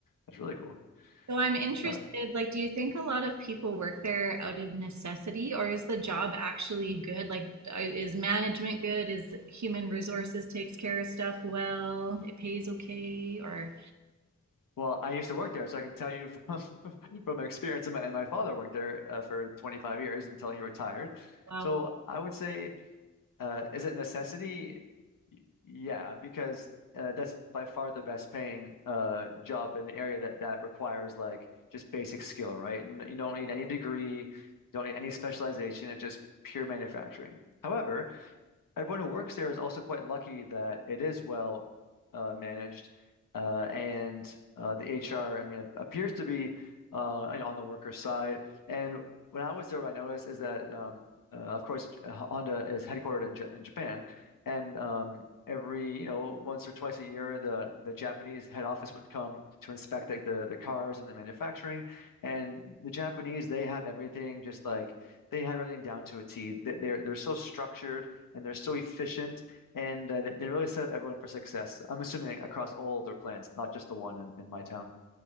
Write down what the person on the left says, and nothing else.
that's really cool.
Uh,
Well, I used to work there, so I can tell you from <laughs> from experience. And my, and my father worked there uh, for 25 years until he retired.
So I would say, uh, is it a necessity? Yeah, because uh, that's by far the best paying uh, job in the area that that requires like just basic skill, right? And you don't need any degree, you don't need any specialization. It's just pure manufacturing. However, everyone who works there is also quite lucky that it is well uh, managed, uh, and uh, the HR, I mean, appears to be uh, you know, on the worker's side. And when I was there, what I noticed is that, um, uh, of course, Honda is headquartered in, J in Japan, and um, every you know once or twice a year, the the Japanese head office would come to inspect like the the cars and the manufacturing. And the Japanese, they have everything just like they have everything down to a T. They, they're they're so structured and they're so efficient and uh, they they really set up everyone for success. I'm assuming across all their plans, not just the one in, in my town.